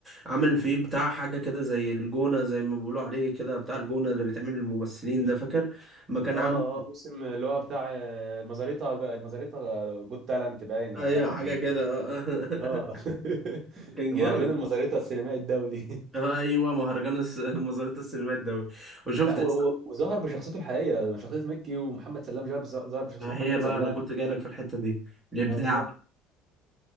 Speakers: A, in the centre; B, on the right (about 35°).
A: عامل فيه بتاع حاجة كده زي الجونة زي ما بيقولوا عليه كده بتاع الجونة اللي بيتعمل للممثلين ده فاكر؟ ما كان
B: اه
A: عامل
B: اه موسم اللي هو بتاع آه، مزاريطة المزاريطة جود تالنت باين ولا
A: ايوه
B: مش عارف كانت
A: حاجة
B: المزاريطة
A: كده آه.
B: اه
A: <laughs>
B: <laughs>
A: كان
B: مهرجان
A: جامد
B: المزاريطة السينمائي الدولي
A: آه، ايوه مهرجان الس... <laughs> مزارات السينمات الدولي
B: <laughs>
A: وشفت
B: لا و-
A: يا اسطى،
B: و- وظهر بشخصيته الحقيقية شخصية مكي ومحمد سلام ظهر بس- ظهر بشخصيته
A: ما
B: محمد
A: هي بقى
B: سلام
A: انا كنت جاي لك في الحته دي الابداع
B: اه بالظبط
A: بقى.